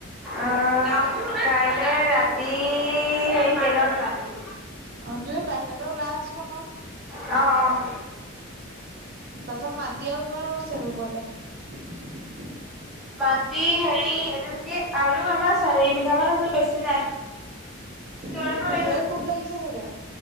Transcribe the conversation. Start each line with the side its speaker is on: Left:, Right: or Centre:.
Centre: অ' কাইলে ৰাতি হেৰি ট্ৰেনত যাম।
Right: অ' তুমি বাহিৰলৈ ওলাই আহাচোন অকন।
Centre: অ', অ'।
Right: তাৰপাছত মাটি আৰু কিমান আছে ৰুবলৈ? <unintelligible>
Centre: মাটি হেৰি এইটো কি আৰু আমাৰ চাৰি বিঘা মান আছে বেছি নাই।
Right: উম,
Centre: তোৰ এখন
Right: পুতেৰে
Centre: মেছেজ
Right: খুৱ লাগিছে চাগে?